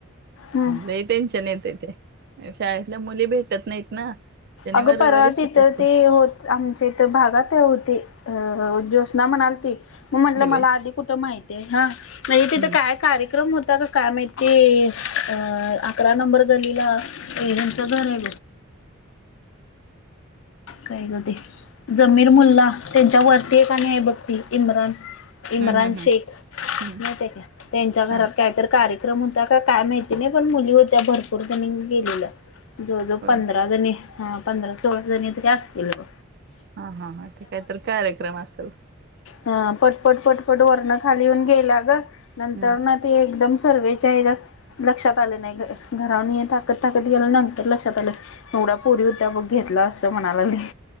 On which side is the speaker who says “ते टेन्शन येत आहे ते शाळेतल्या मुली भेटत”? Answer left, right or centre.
Right